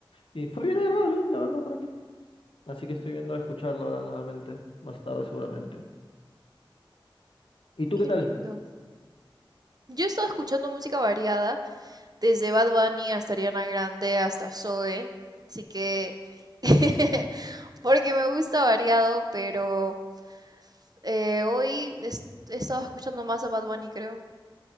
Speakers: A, on the left; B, on the right.
A: y fue bien agradable, la verdad, ¿para qué? Así que estoy viendo a escucharlo ahora nuevamente, más tarde seguramente. ¿Y tú
B: Qué
A: qué tal?
B: lindo. Yo he estado escuchando música variada, desde Bad Bunny hasta Ariana Grande, hasta Zoe, así que... <laughs> Porque me gusta variado, pero eh, hoy es- he estado escuchando más a Bad Bunny, creo.